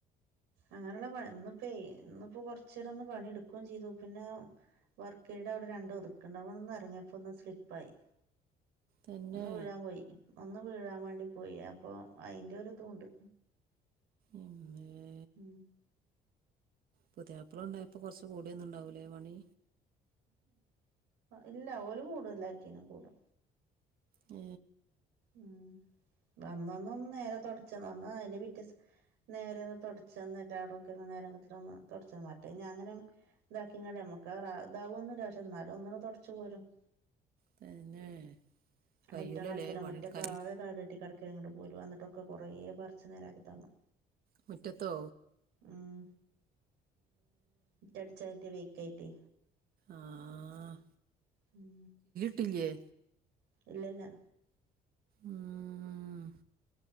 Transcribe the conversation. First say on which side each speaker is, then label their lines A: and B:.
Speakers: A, on the right; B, on the right.
A: അങ്ങനുള്ള പ ഇന്നിപ്പോ ഇന്നിപ്പോ കൊറച്ച് നേരം ഒന്ന് പണിടുക്കുയും ചെയ്തു പിന്നെ വർക്ക്‌ ഏരിടെ അവിടെ രണ്ട് ഒതുക്ക് ഉണ്ട് അവിടുന്ന് ഇറങ്ങിയപ്പോ ഒന്ന് സ്ലിപ്പായി
B: തന്നെ
A: ഒന്ന് വീഴാൻ പോയി ഒന്ന് വീഴാൻ വേണ്ടി പോയി അപ്പൊ അയിന്റെ ഒരിതുണ്ട്
B: അമ്മേ
A: ഉം
B: പുതിയപ്പള ഉണ്ടായപ്പോ കൊറച്ച് കൂടിയൊന്നും ഉണ്ടാവൂലേ പണി
A: ഇല്ല ഓലും കൂടുംല്ലാറ്റിനും കൂടെ
B: ഏ
A: ഉം വന്നൊന്ന് ഒന്ന് നേരെ തൊടച്ച് തന്ന് വന്ന് അതിന്റെ പിറ്റേ ദിവസം നേരെ തൊടച്ചന്ന് എല്ലടക്കെ മറ്റേ ഞാൻ അങ്ങനെ ഇതാക്കി കൊണ്ടേ നമ്മക്കെ ഇതാവു ഒന്നുല്ല എന്നാലും ഒന്നുടെ തൊട <unintelligible>
B: തന്നെ കയ്യൂലല്ലേ
A: മുറ്റാന്ന് അടിക്കൂല
B: പണിയെടുക്കാന്
A: മുറ്റക്കെ ആകെ കാട് കെട്ടി കിടക്കുക ങ്ങോട്ട് പോല വന്നിട്ടൊക്കെ കൊറേ പറിച്ച് നേരാക്കി തന്നു
B: മുറ്റേത്തോ
A: ഉം മുറ്റടിച്ചായിട്ട് വെയിക്കായിട്ടേ
B: ആഹ്
A: ഉം
B: കുട്ടില്ല്യേ?
A: ഇല്ലല്ലാ.
B: മം